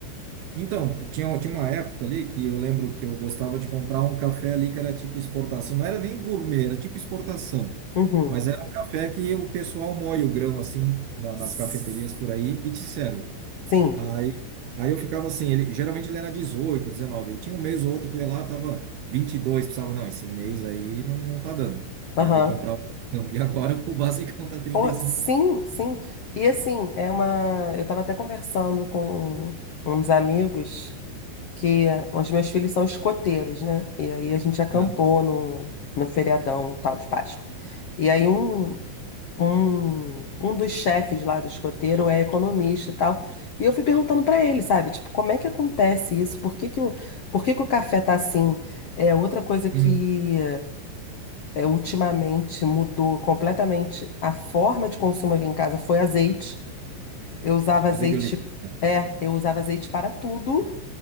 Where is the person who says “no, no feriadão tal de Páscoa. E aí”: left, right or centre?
Left